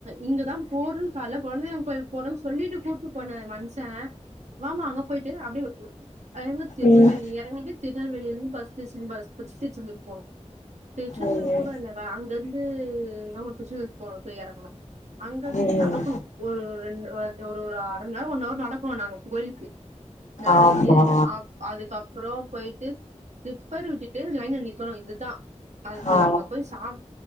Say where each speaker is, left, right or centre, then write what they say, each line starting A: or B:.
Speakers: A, on the right; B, on the left.
A: இங்கதா போறன்னு கால்ல கொழ தெய்வோ கோயில் போறன்னு சொல்லிட்டு கூட்டிட்டு போனாரு மனுஷே வாமா அங்க பொய்ட்டு அப்டி எங்க திருநல்வேலி
B: ம்
A: எறங்கிட்டு திருநல்வேலில இருந்து பஸ் <unintelligible> பஸ் புடிச்சிட்டு திரும்ப திருச்சந்துர் போனோ திருச்சந்துர்
B: ஐயோ
A: கூட இல்ல அங்கருந்து ஆமா திருச்சந்துர் போணோ போய் எறங்குனோ அங்கருந்து
B: ம்
A: நடக்கணு ஒரு ரெண்டு ஒரு அரைமண் நேரோ ஒன்ன அவர் நடக்கணு நாங்க கோயிலுக்கு நடந்து
B: ஆமா
A: அப் அதுக்கப்ரோ பெய்ட்டு ஸ்லிப்பர் விட்டுட்டு லைன்ல நிக்கணு இதுதா அது
B: ஆ
A: அங்க போய் சாப்